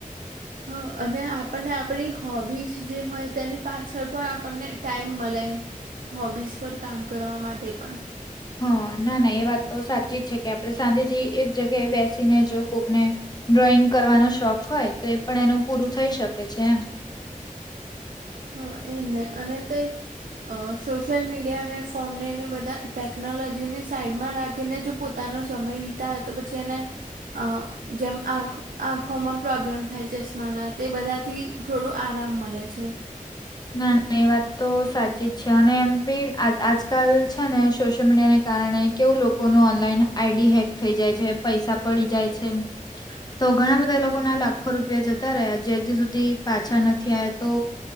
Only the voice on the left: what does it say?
હા ના ના એ વાત તો સાચી જ છે કે આપણે સાંજે થી એ જગ્યાએ બેસીને જો કોકને ડ્રોઈંગ કરવાનો શોખ હોય તો એ પણ એનું પૂરું થઈ શકે છે એમ.
ના ના એ વાત તો સાચી જ છે અને એમ બી આજ આજકાલ છે ને સોશિયલ મીડિયા ને કારણે કેવું લોકો નું ઓનલાઈન આઈડી હેક થઈ જાય છે પૈસા પડી જાય છે. તો ઘણા બધા લોકો ના લાખો રૂપિયા જતા રહ્યા જે હજી સુધી પાછા નથી આયા તો